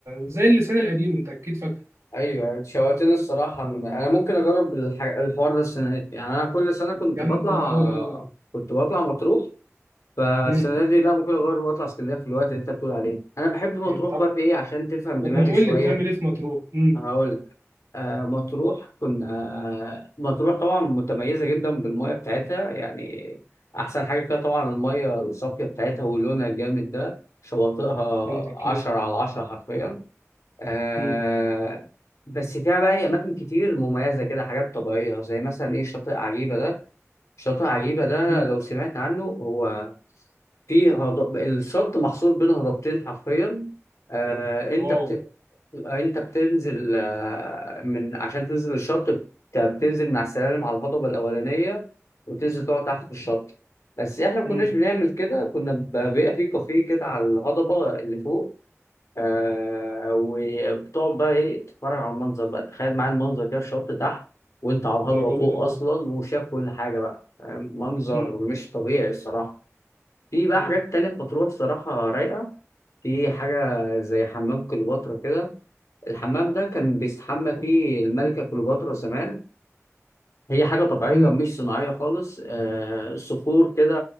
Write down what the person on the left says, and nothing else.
ايوه أنت شوقتني الصراحه
إن انا ممكن اجرب الح- الحوار ده السنه دي يعني انا كل سنه كنت
بطلع
كنت بطلع مطروح فالسنه
دي لا ممكن اجرب واطلع اسكندريه في الوقت اللي انت بتقول عليه انا بحب مطروح
بقى في ايه عشان تفهم
دماغي
شويه
هقول لك. آه مطروح كنا آه مطروح طبعا متميزه جدا بالميه بتاعتها يعني احسن حاجه فيها طبعا الميه الصافيه بتاعتها ولونها الجامد ده شواطئها
10 على 10 حرفيا آه
بس فيها بقى هي أماكن كتير مميزة كده حاجات طبيعية زي مثلا إيه شاطئ عجيبة ده شاطئ عجيبة ده
لو سمعت عنه هو فيه هضب الشط محصور بين هضبتين حرفيا آه أنت
بت... أنت بتنزل آه، من عشان تنزل الشط بت- بتنزل من على السلالم على الهضبة الأولانية وتنزل تقعد تحت في الشط بس إحنا ما
كناش بنعمل كده كنا ب- بيبقى فيه كافيه كده على الهضبة اللي فوق آه وبتقعد بقى ايه تتفرج على المنظر بقى تخيل معايا المنظر كده الشط تحت وانت على الهضبه
فوق
اصلا وشاف كل حاجه بقى آه، منظر
مش طبيعي الصراحه في بقى
حاجات تانية في مطروح صراحه رايقه في حاجه زي حمام كليوباترا كده الحمام ده كان بيستحمى فيه الملكه كليوباترا زمان هي حاجه طبيعيه
مش صناعيه خالص آه صخور كده